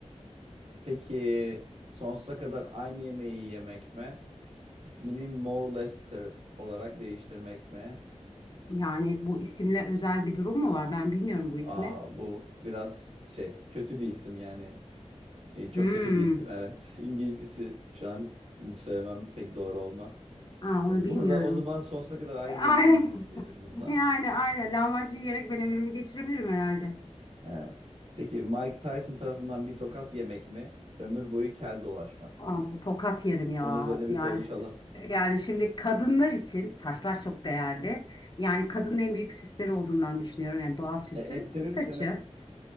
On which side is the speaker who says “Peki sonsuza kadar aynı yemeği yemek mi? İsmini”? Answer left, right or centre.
Right